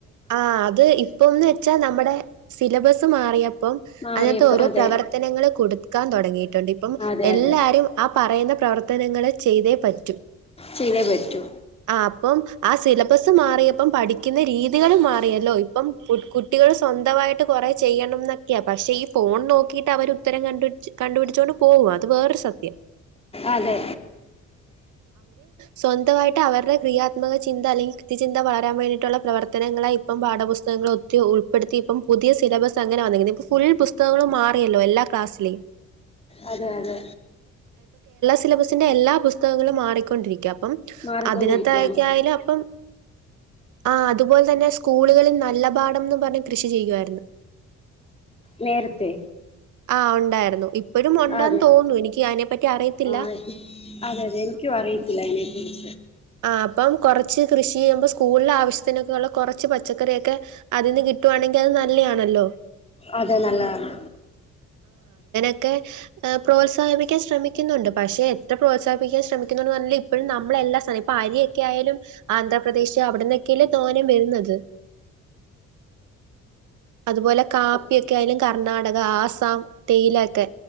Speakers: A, on the right (about 75°); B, on the left (about 20°).
A: ആ അത് ഇപ്പെന്ന് വെച്ചാ നമ്മെടെ സിലബസ്സ് മാറിയ പ്പോ
B: മാറിയപ്പോ
A: അതിനത്തെ ഓരോ
B: അതെ
A: പ്രവർത്തനങ്ങള് കൊടുക്കാൻ തൊടങ്ങിട്ടൊണ്ട്. ഇപ്പം
B: അതെ
A: എല്ലാരും
B: അതെ
A: ആ പറയുന്ന പ്രവർത്തനങ്ങള് ചെയ്തേ പറ്റൂ.
B: ചെയ്തേ പറ്റൂ
A: ആ അപ്പം ആ സില ബസ് മാറിയപ്പം പഠിക്കുന്ന രീതി കുട്ടികള് മാറിയല്ലോ. ഇപ്പം കു കുട്ടികൾ സ്വന്തവായിട്ട് കെറെ ചെയ്യണ്ടന്നൊക്കെയാ. പക്ഷെ ഈ ഫോൺ നോക്കി ക്കിട്ട് അവരുത്തരം കണ്ടു കണ്ടുപിടിച്ചുകൊണ്ട് പോകും. അത് വേറൊരു സത്യം.
B: അതെ
A: സ്വന്തവായിട്ട് അവെരുടെ ക്രിയാത്മകചിന്ത അല്ലങ്കിൽ കൃത്യചിന്ത വളരാ വേണ്ടി ട്ടൊള്ള പ്രവർ ങ്ങളായി ഇപ്പ പാഠപുസ്തകങ്ങളെക്കെ ഉൾപ്പെടുത്തി ഇപ്പം പുതിയ സിലബസ് അങ്ങനെ വന്നേക്ക നേ. ഇപ്പ ഫുൾ പുസ്തകങ്ങളും മാ ല്ല എല്ലാ ക്ലാസ്സിലേം
B: അതെ അതെ
A: സിലബസിന്റെല്ലാ പുസ്തകങ്ങളും മാറിക്കൊണ്ടിരിക്കാം അപ്പം
B: മാറിക്കൊണ്ടിരിക്കുകയാണ്
A: അതിനത്തേക്കായാലും അപ്പം ആ അതുപോലെ തന്നെ സ്കൂളുകളിൽ നല്ല പാഠംന്ന് പറഞ്ഞ് കൃഷി ചെയ്യുവാരുന്നു
B: നേരത്തെ
A: ആഹ് ഒണ്ടാരുന്നു ഇപ്പഴും ഉണ്ടാന്ന്
B: അതെ
A: തോന്നുന്നു എനിക്ക് അതിനെ പറ്റി അറിയത്തില്ല
B: ആ അതെ അതെ എനിക്കും അറിയത്തില്ല അയ്നെക്കുറിച്ച്
A: ആ അപ്പം കൊറച്ച് കൃഷി ചെയ്യുമ്പോ സ്കൂളിലാവ ശത്തിനൊക്കെയൊള്ള കൊറച്ച് പച്ചക്കറിയൊക്കെതിന്ന് കിട്ടുവാണെങ്കിൽ അത് നല്ലലാണല്ലോ
B: അതെ നല്ലതാണ്
A: ക്കെ പ്രോത്സാഹിപ്പിക്കാൻ ശ്രമിക്കുന്നുണ്ട് പക്ഷെ എത്ര പ്രോത്സാഹിപ്പിക്കാൻ ശ്രമിക്കുന്നുണ്ട് എന്ന് പറഞ്ഞാലും ഇപ്പഴും നമ്മ ളെല്ലാ സാധനം ഇപ്പ അരിയെക്കെയയാലും ആന്ധ്രപ്രദേശ് അവിടെന്നെ ക്കെയല്ലേ തോനേം വരുന്നത് അതുപോലെ കാപ്പിയെക്കെയായലും
B: അതെ
A: കർണാടക ആസ്സാം തേയിലക്കെ